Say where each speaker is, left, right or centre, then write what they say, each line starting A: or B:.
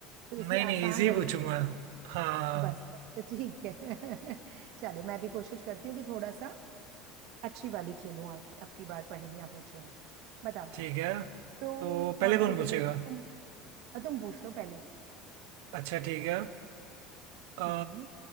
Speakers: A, on the right; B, on the right.
A: तो इसलिए
B: नहीं
A: आसान
B: नहीं इजी
A: वाली
B: पूछूंगा
A: खेलना
B: हाँ
A: बस बस तो ठीक है <laughs> चलो मैं भी कोशिश करती हूँ कि थोड़ा सा अच्छी वाली खेलूं आज आपकी बार पहेलियां पूछूं बताओ
B: ठीक है
A: तुम
B: तो
A: कौन
B: पहले
A: सी
B: कौन
A: रिडल्स
B: पूछेगा
A: तुम अ, तुम पूछ लो पहले
B: अच्छा ठीक है अ,
A: हम्म